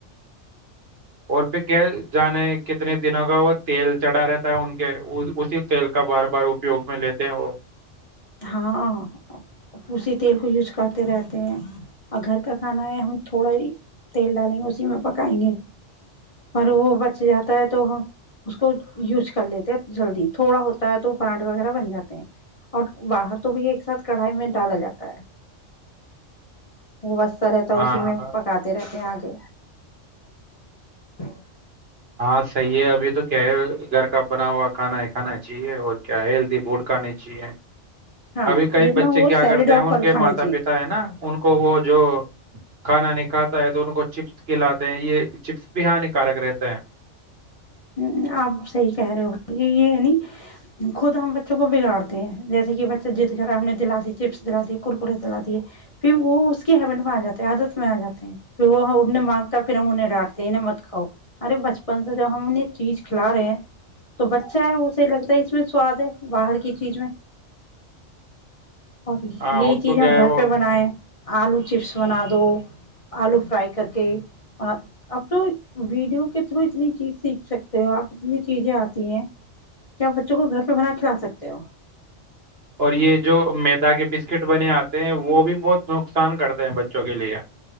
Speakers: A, on the right; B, on the left.
A: اور پھر کیا جانے کتنے دنوں کا وہ تیل چڑھا رہتا ہے ان کے اسی تیل کا بار بار اپیوگ میں لیتے ہیں وہ
B: ہاں اسی تیل کو یوز کرتے رہتے ہیں اور گھر کا کھانا ہے ہم تھوڑا ہی تیل ڈالیں گے اسی میں پکائیں گے پر وہ بچ جاتا ہے تو ہم اس کو یوز کر لیتے ہیں جلدی تھوڑا ہوتا ہے تو پراٹھے وغیرہ بن جاتے ہیں اور باہر تو بھی ایک ساتھ کڑھائی میں ڈالا جاتا ہے وہ وسر رہتا
A: ہاں
B: ہے اسی میں پکاتے رہتے ہیں آگ تو <inaudible>
A: ہاں صحیح ہے ابھی تو کیا ہے گھر کا بنا ہوا کھانا ہے کھانا چاہیے اور کیا ہے ہیلدی فوڈ کھانا چاہیے
B: ہاں
A: ابھی کئی
B: جتنا
A: بچے
B: ہو
A: کیا
B: سیلیڈ
A: کرتے
B: اور
A: ہیں ان
B: پھل
A: کے
B: کھانے
A: ماتا پتا ہے نا ان کو وہ جو کھانا نہیں کاتا ہے تو ان کو چپس کھلاتے ہیں یہ چپس ب بھیہانی کارا کرتے
B: ہ آپ صحی کہہ رہے ہو بائی یہ ہے ن خود ہم بچوں کو بگاڑتے ہیں جیسے کہ بچہ جد کر ہم نے دلا دی چپس دلا دیے کرکرے دلا دیے پھر وہ اس کی ہیبٹ میں آ جاتے آادت میں آ جاتے ہیںھر وہ مانگتا پھر ہم انہ ڈانٹتے مت کاؤ ارے بچپن سے جب ہم ان یہ چیز کھلا رہے ہیں مت کاؤ ارے بچپن سے جب ہم ان یہ چیز کھلا رہے ہیں تو بچہ ہے اسے لگتا ہے اس میں سواد ہے باہر کی چیز تو بچہ ہے اسے لگتا
A: ہاں
B: ہے اس میں سواد ہے باہر کی چیز اور یہی چیز
A: کو کیا
B: ہم گھر
A: وہ
B: پہ بنائے آلو چپس بنا دو آلو فرائی کر کے اپ تو ویڈیو کے تھرو اتنی چیز سیکھ سکتے ہو آپ اتنی چیزیں آتی ہیں کیا آپ بچوں کو گھر پہ بنا کھلا سکتے ہو
A: اور یہ جو میدا کے بسکٹ بنے آتے ہیں وہ بھی بہت نقصان کرتے ہیں بچوں کے لیے